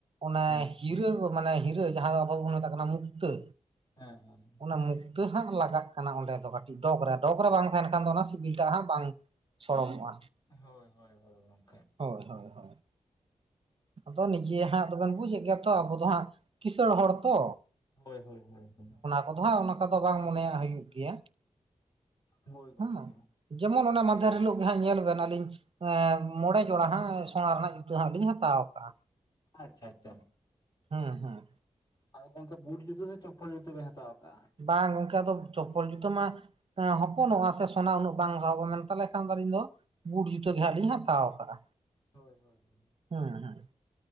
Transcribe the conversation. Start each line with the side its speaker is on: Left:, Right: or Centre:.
Right: ᱚᱱᱮ
Left: ᱦᱮᱸ
Right: ᱜᱤᱨᱟᱹ ᱫᱚ ᱢᱟᱱᱮ ᱦᱤᱨᱟᱹ ᱡᱟᱦᱟᱸ ᱫᱚ ᱟᱵᱚ ᱫᱚᱵᱚᱱ ᱢᱮᱛᱟᱜ ᱠᱟᱱᱟ ᱢᱩᱠᱛᱟᱹ᱾
Left: ᱦᱮᱸ ᱦᱮᱸ᱾
Right: ᱚᱱᱟ ᱢᱩᱠᱛᱟᱹ ᱦᱟᱸᱜ ᱞᱟᱜᱟᱜ ᱠᱟᱱᱟ ᱚᱸᱰᱮ ᱫᱚ ᱠᱟᱹᱴᱤᱡ ᱰᱚᱜᱽ ᱨᱮ, ᱰᱚᱜᱽ ᱨᱮ ᱵᱟᱝ ᱛᱟᱦᱮᱱ ᱠᱷᱟᱱ ᱫᱚ ᱚᱱᱟ ᱥᱤᱵᱤᱞᱴᱟᱜ ᱦᱟᱸᱜ ᱵᱟᱝ ᱥᱚᱲᱚᱢᱚᱜᱼᱟ᱾
Left: ᱦᱳᱭ ᱦᱳᱭ ᱦᱳᱭ ᱜᱚᱢ
Right: ᱦᱳᱭ ᱦᱳᱭ ᱦᱳᱭ᱾ ᱟᱫᱚ ᱱᱤᱡᱮ ᱦᱟᱸᱜ ᱫᱚᱵᱮᱱ ᱵᱩᱡᱮᱜ ᱜᱮᱭᱟ ᱛᱚ, ᱟᱵᱚ ᱫᱚ ᱦᱟᱸᱜ ᱠᱤᱥᱟᱹᱲ ᱦᱚᱲ ᱛᱚ᱾
Left: ᱦᱳᱭ ᱦᱳᱭ ᱦᱳᱭ ᱦᱳᱭ᱾
Right: ᱟᱫᱚ ᱦᱟᱸ ᱚᱱᱠᱟ ᱫᱚ ᱵᱟᱝ ᱢᱚᱱᱮᱭᱟ ᱦᱩᱭᱩᱜ ᱜᱮᱭᱟ
Left: ᱦᱳᱭ ᱜᱚᱝᱠᱮ
Right: ᱦᱮᱸ᱾ ᱡᱮᱢᱚᱱ ᱚᱱᱟ ᱢᱟᱫᱷᱮᱨ ᱦᱤᱞᱳᱜ ᱜᱮ ᱦᱟᱸᱜ ᱧᱮᱞ ᱵᱮᱱ ᱟᱹᱞᱤᱧ ᱮᱸ ᱢᱚᱬᱮ ᱡᱚᱲᱟ ᱦᱟᱸᱜ, ᱥᱳᱱᱟ ᱨᱮᱱᱟᱜ ᱡᱩᱛᱟᱹ ᱦᱟᱸᱜ ᱞᱤᱧ ᱦᱟᱛᱟᱣ ᱠᱟᱜᱼᱟ᱾
Left: ᱟᱪᱪᱷᱟ ᱟᱪᱪᱷᱟ᱾
Right: ᱦᱩᱸᱼᱦᱩᱸ᱾
Left: ᱟᱫᱚ ᱜᱚᱢᱠᱮ ᱵᱩᱴ ᱡᱩᱛᱟᱹ ᱥᱮ, ᱪᱚᱯᱯᱚᱞ ᱡᱩᱛᱟᱹ ᱵᱮᱱ ᱦᱟᱛᱟᱣ ᱠᱟᱜᱼᱟ?
Right: ᱵᱟᱝ ᱜᱚᱢᱠᱮ ᱟᱫᱚ, ᱪᱚᱯᱯᱚᱞ ᱡᱩᱛᱟᱹ ᱢᱟ ᱮᱸ ᱦᱚᱯᱚᱱᱚᱜᱼᱟ ᱥᱮ ᱥᱚᱱᱟ ᱩᱱᱟᱹᱜ ᱵᱟᱝ ᱥᱟᱦᱚᱵᱚᱜᱼᱟ, ᱢᱮᱱ ᱛᱟᱦᱚᱞᱮ ᱠᱷᱟᱱ ᱫᱚ ᱟᱹᱞᱤᱧ ᱫᱚ ᱵᱩᱴ ᱡᱩᱛᱟᱹ ᱜᱮ ᱦᱟᱸᱜ ᱞᱤᱧ ᱦᱟᱛᱟᱣ ᱠᱟᱜᱼᱟ᱾
Left: ᱦᱳᱭ, ᱦᱳᱭ, ᱦᱳᱭ
Right: ᱦᱩᱸ ᱦᱩᱸ,